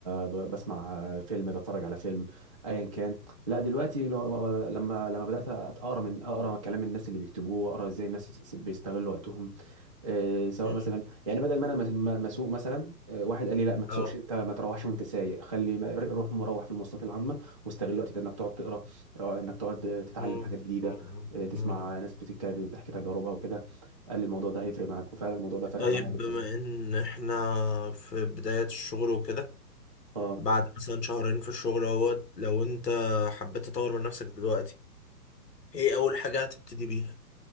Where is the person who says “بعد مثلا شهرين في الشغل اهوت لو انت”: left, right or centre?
Left